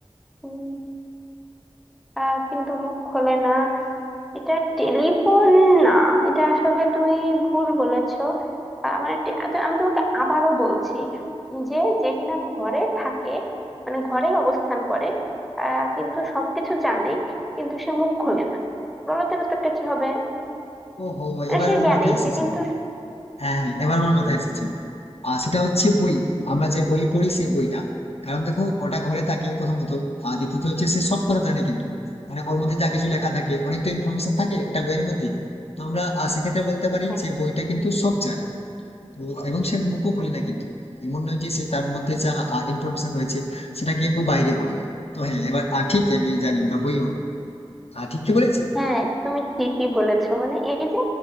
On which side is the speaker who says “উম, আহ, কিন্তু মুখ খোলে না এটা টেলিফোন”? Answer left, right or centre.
Centre